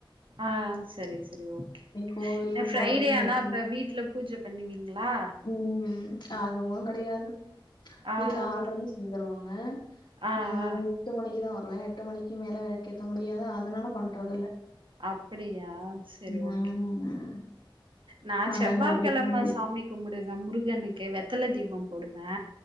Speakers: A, on the right (about 75°); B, on the left (about 60°).
A: ஆ சரி சரி ஓகே
B: கோவில்
A: அ ஃப்ரைடே
B: போறது
A: ஆனா
B: கஷ்டந்தா
A: அப்ப வீட்ல பூஜ பண்ணுவீங்களா
B: ம் அதுவு கெடையாது
A: ஆ
B: வீட்டுல
A: ஆ
B: ஆள் இருந்தா செஞ்தருவாங்க
A: ஆ
B: நா
A: ஆ
B: எட்டு மணிக்கு தா வருவே எட்டு மணிக் கு மேல வெளக்கேத்த முடியாதா அதனால பண்றதில்ல
A: அப்டியா சேரி
B: ம்
A: ஓகே நா
B: அதனால
A: செவ்வாக்கெழம
B: அதுக்கு முன்னாடி
A: சாமி கும்புடுவே முருகனுக்கு வெத்தல தீப போடுவே